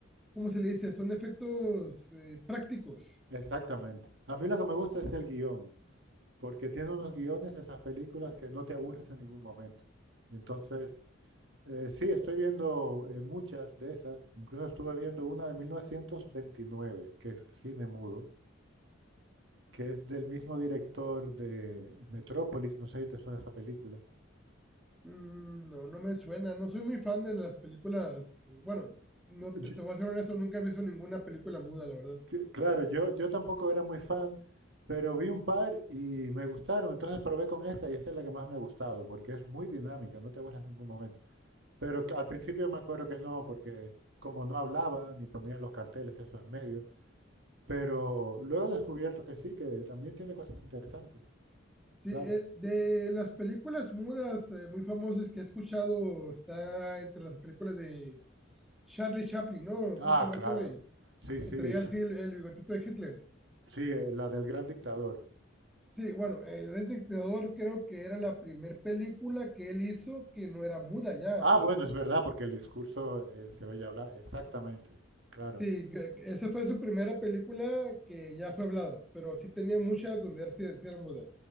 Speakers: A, in the centre; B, on the right.
A: ¿cómo se le dice? Son efectos eh, prácticos.
B: Exactamente. A mí lo que me gusta es el guión, porque tiene unos guiones esas películas que no te aburres en ningún momento. Y entonces, eh, sí, estoy viendo eh, muchas de esas, incluso estuve viendo una de 1929, que es cine mudo, que es del mismo director de Metrópolis, no sé si te suena esa película.
A: Mm, no, no me suena. No soy muy fan de las películas. eh, bueno, no te,
B: Yo-
A: te voy a ser honesto, nunca he visto ninguna película muda, la verdad.
B: Que- Claro, yo, yo tampoco era muy fan, pero vi un par y me gustaron, entonces probé con esta y esta es la que más me ha gustado, porque es muy dinámica, no te aburres en ningún momento. Pero que al principio me acuerdo que no, porque como no hablaban y ponían los carteles eso en medio, pero luego he descubierto que sí, que también tiene cosas interesantes,
A: Sí,
B: claro.
A: eh, de las películas mudas eh, muy famosas que he escuchado, está entre las películas de Charlie Chaplin, ¿no?
B: Ah,
A: ¿Cómo se llama
B: claro,
A: ese güey?
B: sí, sí,
A: Que traía
B: che-
A: así el, el bigotito de Hitler.
B: sí, eh, la del gran dictador.
A: Sí, bueno, El Gran Dictador creo que era la primer película que él hizo que no era muda ya,
B: Ah,
A: o sea,
B: bueno, es verdad, porque el discurso eh, se oye hablar, exactamente, claro.
A: Sí, que- que esa fue su primera película que ya fue hablada, pero sí tenía muchas donde él sí, sí era muda.